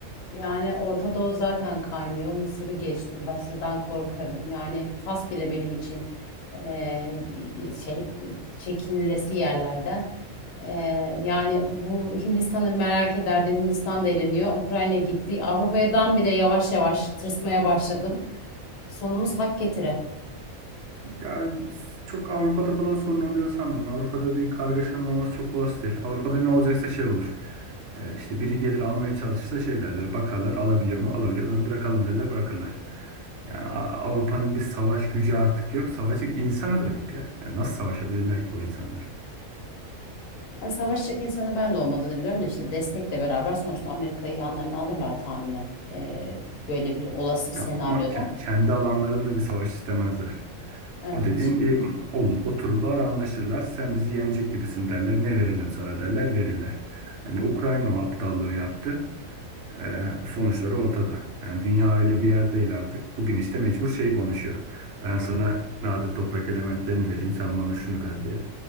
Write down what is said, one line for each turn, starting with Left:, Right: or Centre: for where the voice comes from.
Left: Yani Orta Doğu zaten kaynıyor. Mısır'ı geçtim. Mısır'dan korkarım. Yani Fas bile benim için eee, şey çekinilesi yerlerden. Eee, yani bu Hindistan'ı merak ederdim. Hindistan da eğleniyor, Ukrayna gitti. Avrupa'dan bile yavaş yavaş tırsmaya başladım. Sonumuz hak getire.
Right: Ya çok Avrupa'da falan sorun olacağını sanmıyorum. Avrupa'da bir kargaşanın olması çok olası değil. Avrupa'da ne olacaksa şey olur. Ee, işte biri gelir almaya çalışırsa şey derler. Bakarlar alabiliyor mu? Alabiliyor. O zaman bırakalım derler bırakırlar. Yani A- Avrupa'nın bir savaş gücü artık yok. Savaşacak insanı da yok ya. Yani nasıl savaşabilirler ki o insanlar?
Left: Yani savaşacak insanı ben de olmadığını biliyorum da işte destekle beraber sonuçta Amerika'yı yanlarına alırlar tahminen. Eee, böyle bir olası
Right: Tamam
Left: senaryoda.
Right: ama ke- kendi alanlarında bir savaş istemezler.
Left: Evet.
Right: O dediğin bir olur, otururlar anlaşırlar. Sen bizi yenecek gibisin derler. Ne verelim sana derler verirler. Hani Ukrayna o aptallığı yaptı. Ee, sonuçları ortada. Yani dünya öyle bir yer değil artık. Bugün işte mecbur şey konuşuyor. Ben sana nadir toprak elementlerini vereyim, sen bana şunu ver diye.